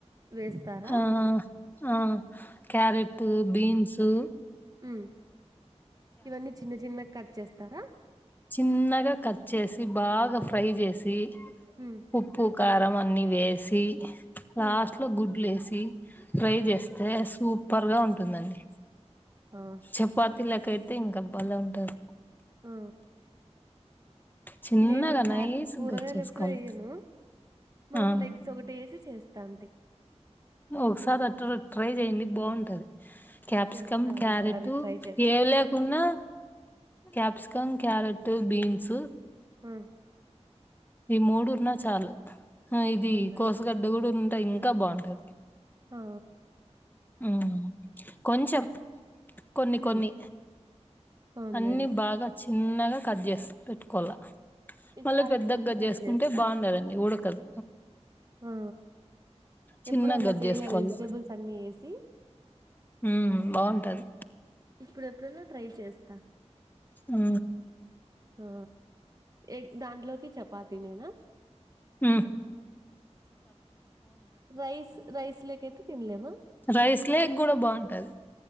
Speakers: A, on the right; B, on the left.
A: వేస్తారా
B: ఆ ఆ క్యారెట్ బీన్సు
A: ఉ ఇవన్నీ చిన్న చిన్న కట్ చేస్తారా
B: చిన్నగా కట్ చేసి బాగా ఫ్రై చేసి
A: ఉ
B: ఉప్పు కారం అన్నీ వేసి లాస్ట్
A: ఉమ్
B: గుడ్లు వేసి ఫ్రై
A: ఆ
B: చేస్తా ఐతే సూపర్ గా ఉంటుందండి
A: ఆ
B: చపాతిలకైయితే ఇంకా బాలే ఉంటది
A: ఆ
B: చిన్నగా
A: నేను కా
B: నైస్
A: కూరగాయలు
B: గా కట్ చేసుకోవాలి
A: ఎప్పుడూ ఎయ్యాను మాము
B: ఆ
A: ఎగ్స్ ఒకటీ వేసి చేస్తాంది
B: ఒకసారి అటుగా ట్రై చేయండి బాగుంటది క్యాప్సికం
A: చేస్తా
B: క్యారెట్
A: ఈసారి ట్రై చేస్తా
B: ఏవలే ఉన్న క్యాప్సికం క్యారెట్ బీన్స్
A: ఆ
B: ఈ మూడు ఉన్నా చాలు ఆ ఇది
A: అవునులే
B: కోసగడ్డ కూడా ఉంట ఇంకా బాగుంటది
A: ఆ
B: ఉ కొంచెం కొన్ని కొన్ని
A: ఉమ్ అవునులేండి
B: అన్ని బాగా చిన్నగా కట్ చేసి పెట్టుకోవాల
A: ఈసారి
B: మళ్ళీ పెద్ద
A: ఎప్పుడన్నా
B: గా
A: ట్రై
B: చేసుకుంటే
A: చేస్తా
B: బాగుండదండి ఉడకదు
A: ఆ
B: చిన్నగా
A: ఎప్పుడు అలా
B: కట్
A: చేయలే
B: చేసుకోవాలి
A: వెజిటబుల్స్ అన్ని వేసి
B: ఉ బాగుంటది
A: ఇప్పుడుఎప్పుడైనా ట్రై చేస్తా
B: ఉ
A: ఆ ఎగ్ దాంట్లోకి చపాతి నేనా
B: ఉ
A: రైస్ రైస్లేకైతే తినలేమా
B: రైస్ లేఎగ్ కూడా బాగుంటది